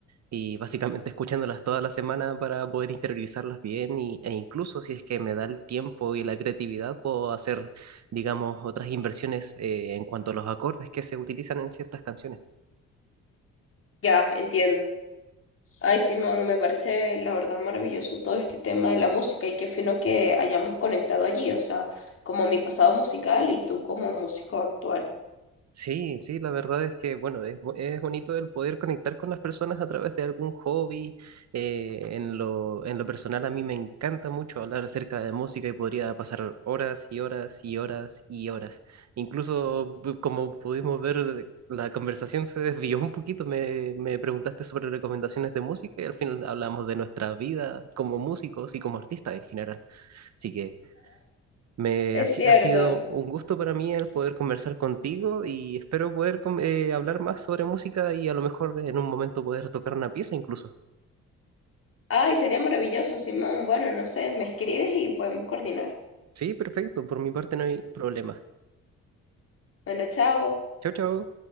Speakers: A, on the right (about 60°); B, on the left (about 50°).
A: Y básicamente escuchándolas toda la semana para poder interiorizarlas bien. Y, e incluso si es que me da el tiempo y la creatividad, puedo hacer, digamos, otras inversiones eh, en cuanto a los acordes que se utilizan en ciertas canciones.
B: Ya, entiendo. Ay, Simón, me parece la verdad maravilloso todo este tema de la música y qué fino que hayamos conectado allí, o sea, como mi pasado musical y tú como músico actual.
A: Sí, sí, la verdad es que, bueno, es, bo- es bonito el poder conectar con las personas a través de algún hobby. eh, en lo, en lo personal, a mí me encanta mucho hablar acerca de música y podría pasar horas y horas y horas y horas. Incluso, pu- como pudimos ver, la conversación se desvió un poquito. Me, me preguntaste sobre recomendaciones de música y al final hablamos de nuestra vida como músicos y como artistas en general. Así que... Me
B: <laughs> Es
A: ha, si-
B: cierto.
A: ha sido un gusto para mí el poder conversar contigo y espero poder com- eh, hablar más sobre música y a lo mejor en un momento poder tocar una pieza incluso.
B: Ay, sería maravilloso, Simón. Bueno, no sé, me escribes y podemos coordinar.
A: Sí, perfecto, por mi parte no hay problema.
B: Bueno, chao.
A: Chao, chao.